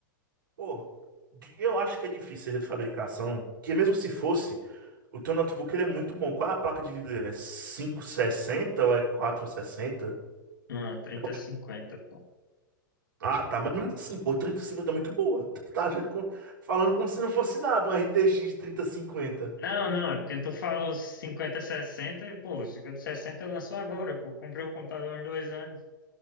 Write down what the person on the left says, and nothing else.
Não, trinta
50 pô.
Não, não, é porque tu fala os 50 sessenta e, pô, 50 sessenta lançou agora, pô. Comprei o computador há dois anos.